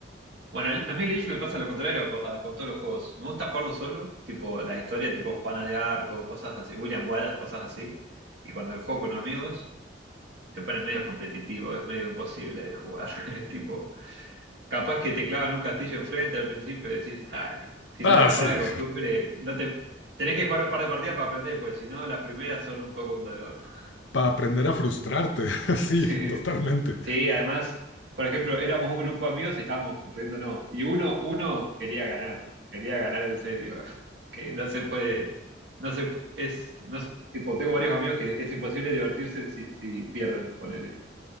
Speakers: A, on the right; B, on the left.
A: Bueno, el- a mí el Age me pasa lo contrario a co- a- con, todos los juegos. Me gusta jugarlo solo, tipo las historias tipo Juana de Arco, cosas así, William Wallace, cosas así. Y cuando lo juego con amigos, se pone medio competitivo, es medio imposible de jugar. <laughs> Es tipo, Capaz que te clavan un castillo enfrente al principio y decís, ay, si
B: Ah,
A: no le agarrás
B: sí,
A: la costumbre, no te... tenés que jugar un par de partidas para aprender, porque si no, las primeras son un poco un dolor. <laughs>
B: <laughs> para aprender a frustrarte, <laughs> sí,
A: Sí,
B: totalmente.
A: sí. Sí, además, por ejemplo, éramos un grupo de amigos y estábamos riéndonos. Y uno, uno quería ganar, quería ganar en serio. <laughs> Que no se puede, no se pu- es, no se- tipo, tengo varios amigos que es imposible divertirse si, si pierden, ponele.